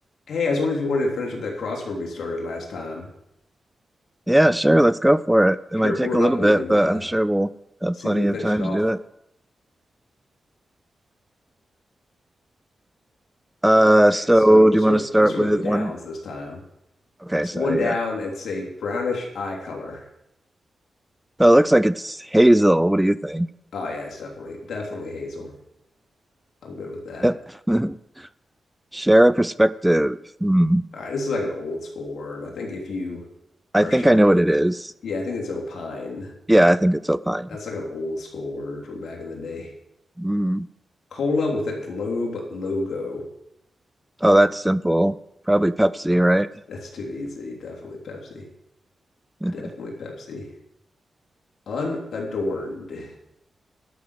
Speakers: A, on the left; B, in the centre.
A: Hey, I was wondering if you wanted to finish up that crossword we started last time.
B: Yeah, sure. Let's go for it.
A: Sure,
B: It might
A: pull
B: take
A: it
B: a
A: up.
B: little
A: We
B: bit,
A: can
B: but
A: uh,
B: I'm sure we'll have
A: see
B: plenty
A: if we can
B: of
A: finish
B: time
A: it off.
B: to do it. Uh,
A: All right.
B: so
A: So we'll
B: do
A: start
B: you want
A: with
B: to start
A: we'll start
B: with
A: with the downs
B: one?
A: this time.
B: Okay,
A: So
B: sorry.
A: one down.
B: Yeah.
A: It's a brownish eye color.
B: Oh, it looks like it's Hazel. What do you think?
A: Oh yeah, it's definitely definitely hazel. I'm good with that.
B: Yep. <laughs> Share a perspective. Hmm.
A: All right. This is like an old school word. I think if you
B: I
A: are
B: think
A: sharing
B: I know
A: like
B: what it is.
A: yeah, I think it's opine.
B: Yeah, I think it's Alpine.
A: That's like an old school word from back in the day.
B: Hmm.
A: Cola with a globe logo.
B: Oh, that's simple. Probably Pepsi, right?
A: That's too easy. Definitely Pepsi.
B: <laughs>
A: Definitely Pepsi. Unadorned.